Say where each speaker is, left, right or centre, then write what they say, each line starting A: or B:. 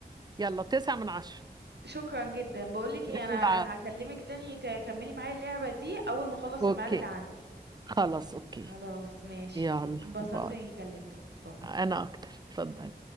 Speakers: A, on the right (about 25°); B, on the right (about 85°).
A: يلا تسعة من عشرة
B: شكرا جدا بقولك
A: <laughs>
B: ايه أنا
A: لا.
B: هكلمك تاني تكملي معايا اللعبة دي أول ما أخلص
A: اوكي
B: الميعاد اللي عندي
A: خلاص اوكي
B: خلاص ماشي
A: يلا
B: انبسطت
A: باي
B: إني كلمتك باي
A: انا اكتر اتفضل